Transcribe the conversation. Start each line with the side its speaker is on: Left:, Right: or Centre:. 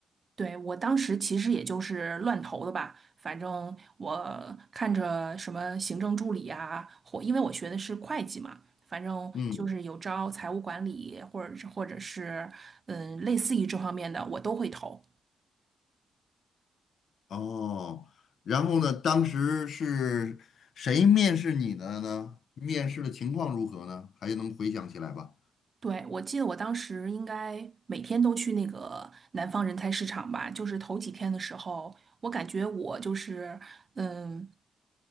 Right: 对，我当时其实也就是乱投的吧，反正我看着什么行政助理啊，或因为我学的是会计嘛，反正就是有招财务管理，
Left: 嗯，
Right: 或者是或者是嗯类似于这方面的，我都会投。
Left: 哦，然后呢，当时是谁面试你的呢？面试的情况如何呢？还能回想起来吧？
Right: 对，我记得我当时应该每天都去那个南方人才市场吧，就是头几天的时候，我感觉我就是嗯